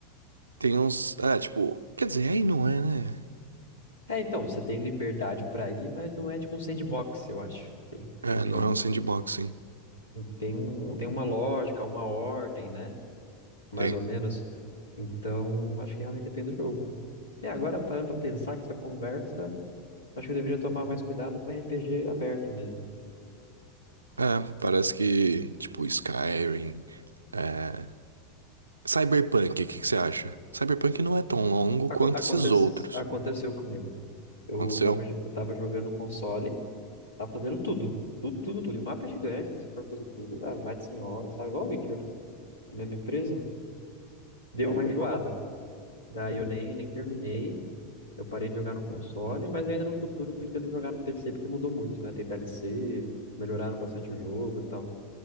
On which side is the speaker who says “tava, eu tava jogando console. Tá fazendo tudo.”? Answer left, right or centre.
Left